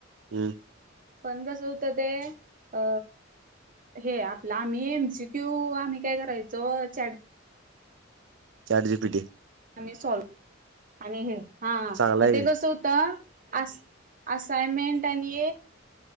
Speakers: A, on the right (about 65°); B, on the right (about 45°).
A: हम्.
B: पण कसं होतं ते अ. हे आपलं आम्ही एमसीक्यू आम्ही काय करायचो. Chat
A: chat GPT.
B: आणि सॉल आणि हे, हा
A: चांगला आहे
B: ते
A: की
B: कसं होतं. असा असाइन्मेंट आणि